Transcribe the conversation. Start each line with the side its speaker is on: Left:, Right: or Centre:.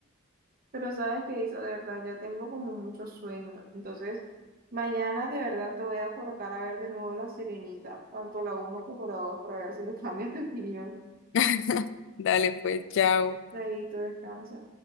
Right: Pero sabes qué hizo, de verdad, ya tengo como mucho sueño. Entonces, mañana de verdad te voy a colocar a ver de nuevo la sirenita, tanto la uno como la 2, para ver si me <laughs> cambias de opinión.
Left: <laughs> Dale, pues, chao.
Right: David, tú descansa.